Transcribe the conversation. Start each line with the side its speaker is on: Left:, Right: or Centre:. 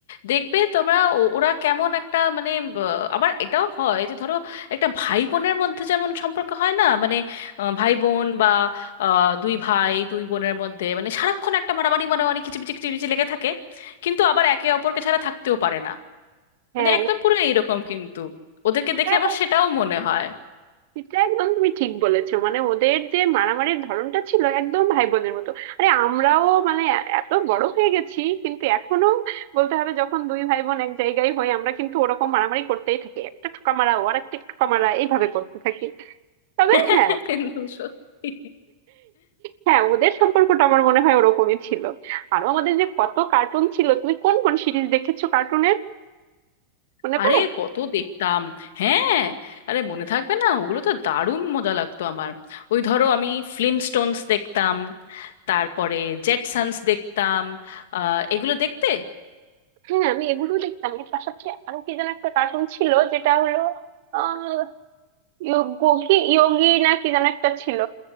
Left: দেখবে তোমরা ও- ওরা কেমন একটা মানে ব- আবার এটাও হয় যে ধরো একটা ভাই বোনের মধ্যে যেমন সম্পর্ক হয় না মানে আহ, ভাই বোন বা আহ, দুই ভাই দুই বোনের মধ্যে মানে সারাক্ষণ একটা মারামারি মারামারি কিচিমিচি কিচিমিচি লেগে থাকে কিন্তু আবার একে অপরকে ছাড়া থাকতেও পারে না
Right: হ্যাঁ
Left: মানে একদম পুরো এইরকম কিন্তু ওদেরকে দেখে
Right: হ্যাঁ,
Left: আমার সেটাও মনে হয়
Right: এটা একদম তুমি ঠিক বলেছো মানে ওদের যে মারামারির ধরনটা ছিল একদম ভাই বোনের মতো আরে আমরাও মানে এত বড় হয়ে গেছি কিন্তু এখনো বলতে হবে যখন দুই ভাই বোন এক জায়গায় হই আমরা কিন্তু ওরকম মারামারি করতেই থাকি একটা ঠোকা মারা ও আর একটা ঠোকা মারা এইভাবে করতে থাকি তবে
Left: <laughs>
Right: হ্যাঁ
Left: কিন্তু সত্যি
Right: হ্যাঁ ওদের সম্পর্কটা আমার মনে হয় ওরকমই ছিল আরো আমাদের যে কত কার্টুন ছিল তুমি কোন কোন সিরিজ দেখেছো কার্টুনের মনে
Left: আরে
Right: পড়ে
Left: কত দেখতাম হ্যাঁ আরে মনে থাকবে না ওগুলো তো দারুণ মজা লাগতো আমার ওই ধরো আমি ফ্লিনস্টোনস দেখতাম তারপরে জেটসন্স দেখতাম আহ এগুলো দেখতে
Right: হ্যাঁ আমি এগুলো দেখতাম এর পাশাপাশি আরো কি যেন একটা কার্টুন ছিল যেটা হলো আহ ইয়োগি ইয়োগি না কি যেন একটা ছিল